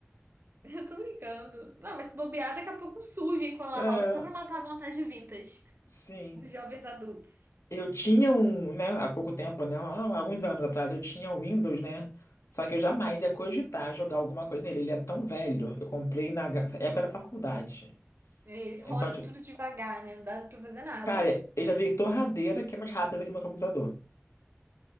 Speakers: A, on the right (about 50°); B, on the left (about 85°).
A: <laughs> Eu tô brincando. Não, mas se bobear, daqui a pouco surgem com a lan
B: É,
A: house só pra matar a vontade vintage
B: sim.
A: dos jovens adultos.
B: Eu tinha um, né, há pouco tempo, né, há alguns anos atrás, eu tinha um Windows, né? Só que eu jamais ia cogitar jogar alguma coisa nele. Ele é tão velho. Eu comprei na ga- época da faculdade.
A: Ele
B: Então,
A: roda
B: tipo,
A: tudo devagar, né? Não dá pra fazer nada.
B: cara, eu já vi torradeira que é mais rápida que meu computador.